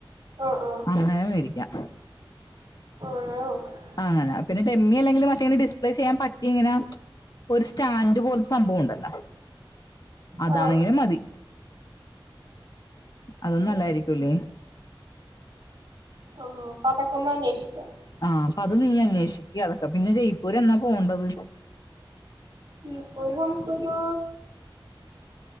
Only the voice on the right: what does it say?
ആഹ് ആഹ്
അങ്ങനെ നോക്കാം
ആ
ഉം
ഓ അപ്പൊ അതൊക്കെയൊന്ന് അന്വേഷിക്കാം
ജയിപ്പൂർ നമുക്കൊരു